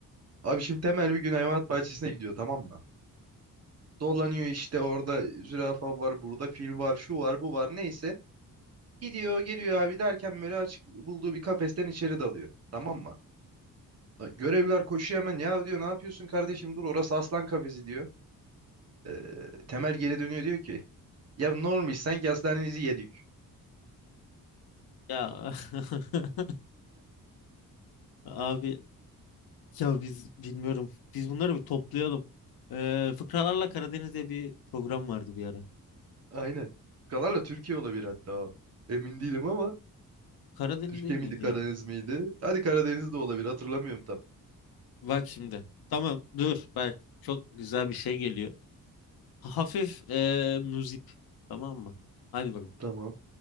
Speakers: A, on the right; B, on the left.
A: Abi şimdi Temel bir gün hayvanat bahçesine gidiyor tamam mı? Dolanıyor işte orada zürafa var burada fil var şu var bu var neyse. Gidiyor geliyor abi derken böyle açık bulduğu bir kafesten içeri dalıyor tamam mı? Da- Görevliler koşuyor hemen ya diyor ne yapıyorsun kardeşim dur orası aslan kafesi diyor. Ee, Temel geri dönüyor diyor ki ya normal sanki aslanınızı yedik.
B: Ya <laughs> abi ya biz bilmiyorum. Biz bunları bir toplayalım. Ee, Fıkralarla Karadeniz diye bir program vardı bir ara.
A: Aynen. Kalarla Türkiye olabilir hatta o. Emin değilim ama
B: Karadeniz
A: Türkiye
B: değil miydi
A: miydi Karadeniz
B: ya?
A: miydi? Hadi Karadeniz de olabilir hatırlamıyorum tam.
B: Bak şimdi. Tamam dur. Bak çok güzel bir şey geliyor. Hafif ee, müzik. Tamam mı? Hadi bakalım.
A: Tamam.